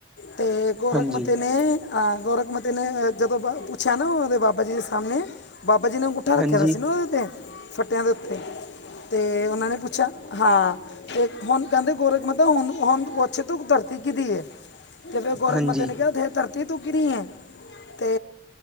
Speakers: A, on the left; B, in the centre.
A: ਤੇ ਗੋਰਖ
B: ਹਾਂਜੀ
A: ਮੱਥੇ ਨੇ ਹਾਂ ਗੋੌਰਖ ਮੱਥੇ ਨੇ ਜਦੋਂ ਪੁੱਛਿਆ ਨਾ ੳਦੇ ਬਾਬਾ ਜੀ ਦੇ ਸਾਮਨੇ, ਬਾਬਾ ਜੀ ਨੇ ਅੰਗੂਠਾ ਰੱਖੇਆ
B: ਹਾਂਜੀ
A: ਦਾ ਸੀ ਨਾ ੳਦੇ ਉੱਤੇ ਵੱਟੇ ਦੇ ਉੱਤੇ ਤੇ ੳਨਾਂ ਨੇ ਪੁੱਛੇਆ ਹਾਂ ਤੇ ਹੁਨ ਕਹੰਦੇ ਗੋਰਖ ਮੱਥੇ ਹੁਨ ਹੁਨ ਪੁੱਛ ਤੂੰ, ਧਰਤੀ ਕਿਦੀ ਏ? ਤੇ ਫੇਰ ਗੋੌਰਖ
B: ਹਾਂਜੀ
A: ਮੱਥੇ ਨੇ ਕੇਆ, ਹੇ ਧਰਤੀ ਤੂੰ ਕਿਦੀ ਏ? ਤੇ